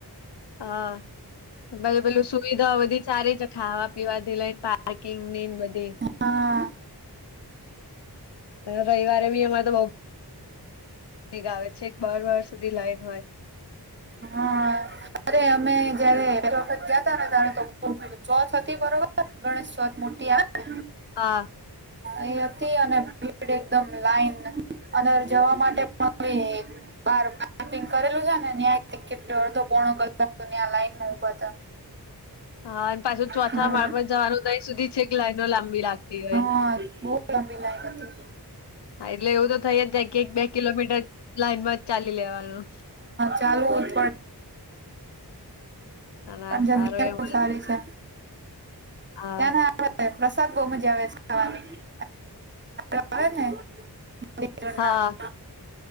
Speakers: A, on the left; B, on the right.
A: હા ુ પેલું સુવિધાઓ બધી સારી છે ખાવા પીવાથી લઈને પાર્કિંગ નીને બધી
B: હા
A: રવવારે બી અમે તો બ ગ આવે છે એક બાર વાર સુધી લાઈન હોય
B: હા અરે અમે જયારે વખત ગયા ત ને ત તો ચોથ હતી બરોબર ગણેશ ચોથ મોટી આવે
A: હા
B: એ હતી અને ભીડ એકદમ લાઈન અનેંદર જવા માટે બાર પાર્કિંગ કરેલું છે ને ન્યાથી કેટલો અડધો કોણો લાઈન માં ઉઊભા થ
A: હા અને પાછું
B: હા
A: માળ પર જવાનું દહીં સુધી કે લાઈનો લાંબી લાગતી હોય
B: હા બ બી લ
A: હા એટલે એવું તો થઈ જ જાય કે એક બે કિલોમીટર લાઈનમાં જ ચાલી લેવાનું
B: ચાલુ ઉત્પ
A: અને
B: પણ
A: સારું
B: જગ્યા
A: એ
B: બ સારી છે
A: હા
B: ત્યાં પ્રસાદ બહુ મજા આવે છે ખાવાની આવે ને. <unintelligible>
A: હા
B: <unintelligible>